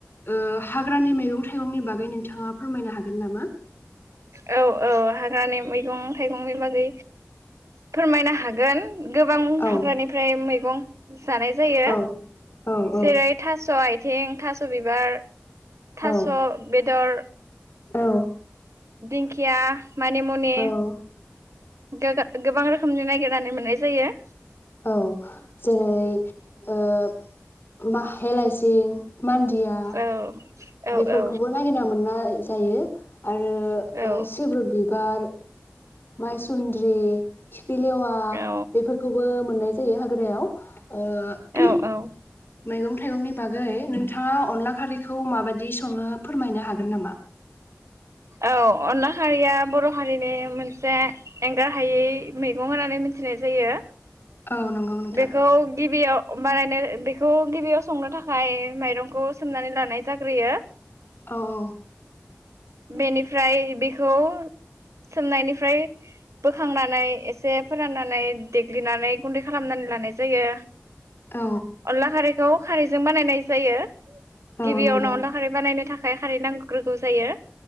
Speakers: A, on the left; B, on the right.
A: ओ हाग्रानि मैगं थाइगंनि बाग गै नोंथाङा फोरमायनो हागोन नामा
B: औ औ हाग्रानि मैगं थाइगंनि बागै फोरमायनो हागोन गोबां
A: औ
B: हाग्रानिफ्राय मै गं जानाय जायो
A: औ औ
B: जेरै
A: औ
B: थास' आय थें थास' बिबार
A: औ
B: थास' बेदर
A: औ
B: दिंखिया मानि मुनि
A: औ
B: गोगा गोबां रो खोमनि नागिरनानै मोननाय जायो
A: औ जेरै ओ माहेलाइसिं मानदिया
B: औ औ
A: बेफोरखौबो
B: औ
A: नागिरना मोन अनला जायो। आरो ओ
B: औ
A: सिब्रु बि बार मायसुन्द्रि खि खिफिलेवा
B: औ
A: बेफोरखौबो मोननाय जायो हाग्रायाव ओ उम
B: औ औ
A: मैगं थाइगंनि बागै नोंथाङा अनला खारैखौ माबायदि सङो? फोरमायनो हागोन नामा?
B: औ अनला खारिया बर' हारिनि मोन से एंगार हायै मैगं होनानै मिथिनाय जायो।
A: औ नंगौ नोंथां
B: बेखौ गिबियाव अमबानायनो बेखौ गिबियाव संनो थाखाय माइरंखौ सोमनानै लानाय जाग्रोयो।
A: औ औ।
B: बेनिफ्राय बेखौ सोमनायनिफ्राय बोखांनानै एसे से फोराननानै दे ग्लिनानै गुन्दै खालामनानै लानाय जायो।
A: औ
B: अनला खारैखौ खारै जों बानायनाय जायो।
A: औ
B: गिबियावनो
A: नंगौ
B: अनला खारै बानायनो था खाय खारै नांग्रोगौ जायो।